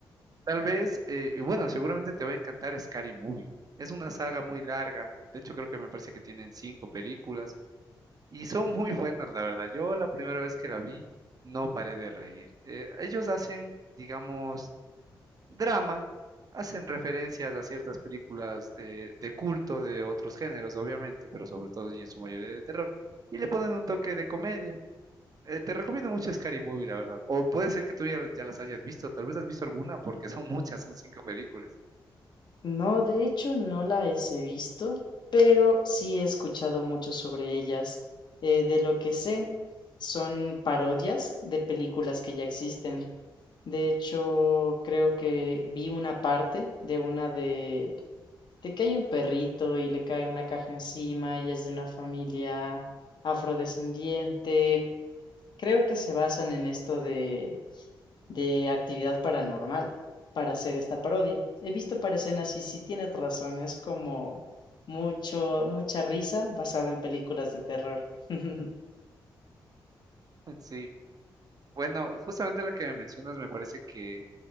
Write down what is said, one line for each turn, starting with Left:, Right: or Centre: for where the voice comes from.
Right: Tal vez, eh, y bueno, seguramente te va a encantar Scary Movie. Es una saga muy larga. De hecho, creo que me parece que tienen cinco películas y son muy buenas, la verdad. Yo la primera vez que la vi no paré de reír. Eh, ellos hacen, digamos, drama, hacen referencias a ciertas películas eh, de culto de otros géneros, obviamente, pero sobre todo y en su mayoría de terror, y le ponen un toque de comedia. Eh, te recomiendo mucho Scary Movie, la verdad. O puede ser que tú ya, ya las hayas visto, tal vez has visto alguna, porque son <laughs> muchas, son cinco películas.
Left: No, de hecho no las he visto, pero sí he escuchado mucho sobre ellas. Eh, de lo que sé, son parodias de películas que ya existen. De hecho, creo que vi una parte de una de, de que hay un perrito y le cae una caja encima y es de una familia afrodescendiente. Creo que se basan en esto de, de actividad paranormal para hacer esta parodia. He visto para escenas y sí tienes razón, es como mucho, mucha risa basada en películas de terror. <laughs>
Right: <laughs> Sí. Bueno, justamente la que me mencionas me parece que,